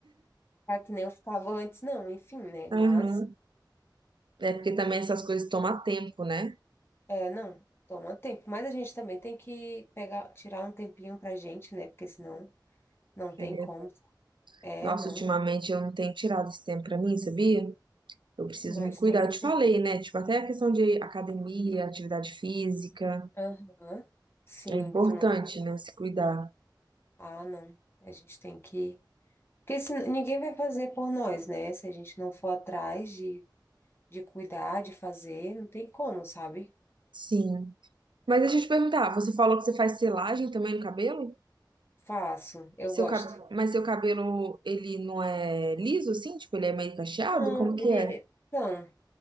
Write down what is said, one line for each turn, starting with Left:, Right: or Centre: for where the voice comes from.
Left: para <laughs> que nem eu ficava antes, não, enfim, né?
Right: Aham.
Left: Mas,
Right: É porque também essas coisas tomam tempo, né?
Left: é, não, toma tempo. Mas a gente também tem que pegar, tirar um tempinho pra gente, né? Porque senão não tem
Right: É verdade.
Left: como. É,
Right: Nossa,
Left: não,
Right: ultimamente eu não tenho tirado esse tempo pra mim, sabia? Eu preciso
Left: mas
Right: me cuidar.
Left: tem que
Right: Eu te
Left: ter.
Right: falei, né? Tipo, até a questão de academia, atividade física,
Left: Aham, Sim,
Right: é importante,
Left: que tu não tá
Right: né? Se cuidar.
Left: Ah, não. A gente tem que. Porque se, ninguém vai fazer por nós, né? Se a gente não for atrás de, de cuidar, de fazer, não tem como, sabe?
Right: Sim. Mas deixa eu te perguntar, você falou que você faz selagem também no cabelo?
Left: Faço, eu
Right: Seu
Left: gosto.
Right: cab... Mas seu cabelo, ele não é liso, assim? Tipo, ele é meio cacheado?
Left: Não,
Right: Como que
Left: ele.
Right: é?
Left: Então,